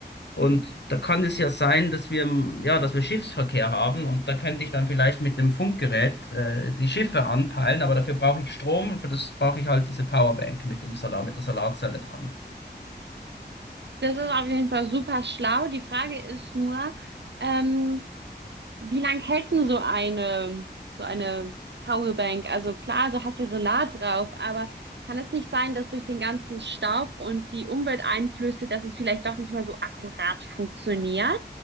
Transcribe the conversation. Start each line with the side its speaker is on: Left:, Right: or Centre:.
Left: Und da kann es ja sein, dass wir, m, ja, dass wir Schiffsverkehr haben und da könnte ich dann vielleicht mit dem Funkgerät äh, die Schiffe anpeilen, aber dafür brauche ich Strom und für das brauche ich halt diese Powerbank mit dem Solar, mit der Solarzelle dran.
Right: Das ist auf jeden Fall super schlau. Die Frage ist nur, ähm, Wie lang hält denn so eine, so eine Powerbank? Also klar, du hast ja Solar drauf, aber kann es nicht sein, dass durch den ganzen Staub und die Umwelteinflüsse, dass es vielleicht doch nicht mehr so akkurat funktioniert?